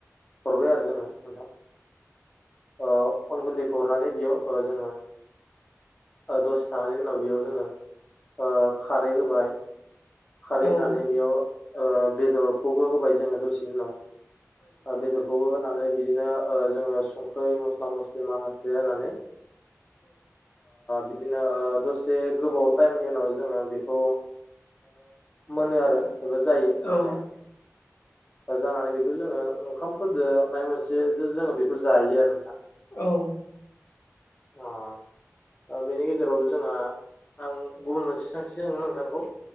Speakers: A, on the left; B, on the left.
A: हरबाय आरो जोङो नोंथां। अन गुन्दैखौ हरनानै बेयाव जोङो। दसे थानायनि उनाव बेयाव जोङो खारै होबाय। खारै होनानै
B: औ
A: बेयाव बेदरखौबो होबाय जोङो दसेनि उनाव। ओं बेदरखौबो। होनानै बिदिनो जोङो संख्रि मस्ला मस्लि माखासे होनानै। बिदिनो दसे गोबाव। टाइमनि उनाव जोङो बेखौ मोनो आरो। एबा जायो
B: औ
A: संनाया। जानानै बेखौ जोङो ओंखामफोरजों माबा मोनसे जोङो बेखौ जायो आरो नोंथां।
B: औ।
A: अ बेनि गेजेराव जोंहा आं गुबुन मोनसे सोंथि सोंगोन नोंथांखौ।